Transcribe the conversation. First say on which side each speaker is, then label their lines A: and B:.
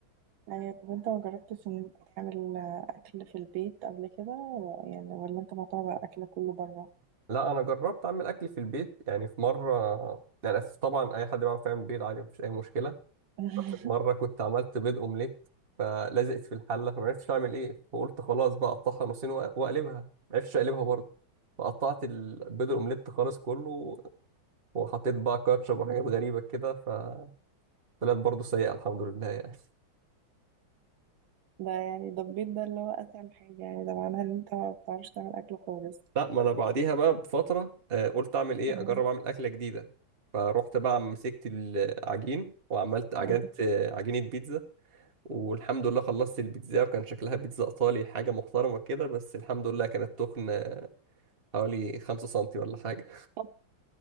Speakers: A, on the right; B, on the right.
A: آه، طب انت ما جربتش ان انت تعمل آه، اكل في البيت قبل كده و- يعني ولا انت معتمد على الاكل كله بره
B: لا أنا جربت أعمل أكل في البيت يعني في مرة يعني طبعا أي حد بيعرف يعمل بيض عادي مفيش أي مشكلة
A: <laughs>
B: مرة كنت عملت بيض أومليت فلزقت في الحلة فما عرفتش أعمل إيه فقلت خلاص بقى أقطعها نصين وأ- وأقلبها ما عرفتش أقلبها برضه فقطعت البيض الأومليت خالص كله وحطيت بقى كاتشب وحاجات غريبة كده فطلعت برضه سيئة الحمد لله يعني
A: ده يعني ده البيت ده اللي هو اسهل حاجة يعني ده معناها ان انت ما بتعرفش تعمل اكل خالص
B: لا ما أنا بعديها بقى بفترة آه، قلت أعمل إيه
A: آه،
B: أجرب أعمل أكلة جديدة فروحت بقى مسكت العجين وعملت عجنت
A: آه.
B: آه، عجينة بيتزا والحمد لله خلصت البيتزا وكان شكلها بيتزا ايطالي حاجه محترمه كده بس الحمد لله كانت تخن حوالي خمسة سنتي ولا حاجة
A: طب